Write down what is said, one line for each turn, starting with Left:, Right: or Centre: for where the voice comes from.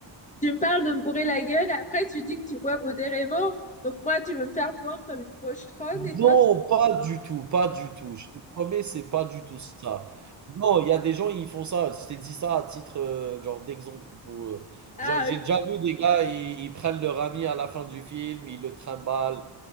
Left: Tu me parles de me bourrer la gueule, après tu dis que tu bois modérément. Donc moi, tu veux me faire boire comme une pochetronne
Right: Non,
Left: et toi, tu...
Right: pas du tout, pas du tout. Je te promets, c'est pas du tout ça. Non, il y a des gens, ils font ça. Je t'ai dit ça à titre euh, genre d'exemple. pour, euh,
Left: Ah,
Right: genre, J'ai
Left: ok.
Right: déjà vu des gars, ils, ils prennent leur ami à la fin du film, ils le trimballent.